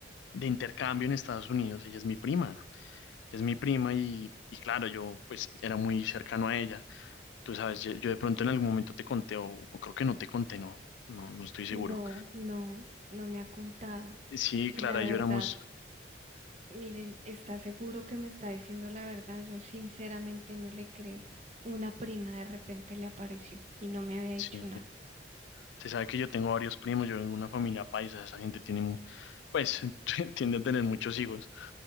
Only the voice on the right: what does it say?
No, no, no me ha contado.
Y
la verdad.
Miren, ¿está seguro que me está diciendo la verdad? Yo sinceramente no le creo. Una prima de repente le apareció y no me había dicho
nada.